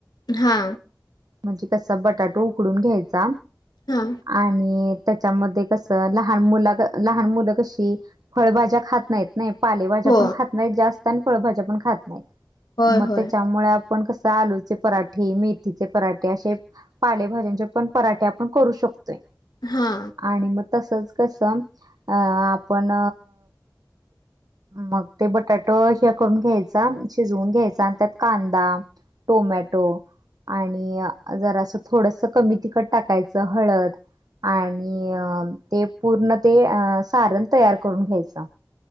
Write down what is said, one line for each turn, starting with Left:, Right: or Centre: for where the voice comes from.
Left: हा.
Right: म्हणजे कसं बटाटू उकडून घ्यायचा.
Left: हा.
Right: आणि त्याच्यामध्ये कसं लहान मुला लहान मुलं कशी फळभाज्या खात नाहीत नाही. पालेभाज्या
Left: हो
Right: पण खात नाहीत जास्त आणि फळभाज्या पण खात नाहीत.
Left: होय
Right: मग
Left: होय
Right: त्याच्यामुळे पण कसं आलू चे पराठे, मेथीचे पराठे अशे पालेभाज्यांचे पण पराठे आपण करू शकतोय.
Left: हा.
Right: आणि मग तसच कसं अ आपण मग ते बटाटू हे करून घ्यायचा, शिजवून घ्यायचा आणि त्यात कांदा टोमॅटो आणि अ जरासं थोडंसं कमी तिखट टाकायचं. हळद आणि अ ते पूर्ण ते अ सारण तयार करून घ्यायचं.